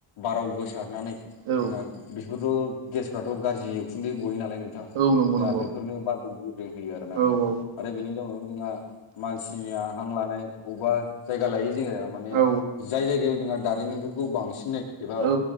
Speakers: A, on the left; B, on the right.
A: बाराव गोसारनानै
B: औ
A: जोंहा बेफोरथ' गेसफ्राथ' गाज्रि उखुन्दै गयो नालाय नों थां जोंहा
B: औ नंगौ नंगौ
A: बेफोरनो बारखौ गेब्रेंहोयो आरो ना
B: औ
A: नोंथां।
B: औ
A: आरो बेनि जाउनावनो जोंहा मानसिनिया हां लानाय अबबा जायगा लायै जोङो माने
B: औ
A: जाय जायगायाव जोंहा दारिमिनफोर खौ बांसिनै एबा
B: औ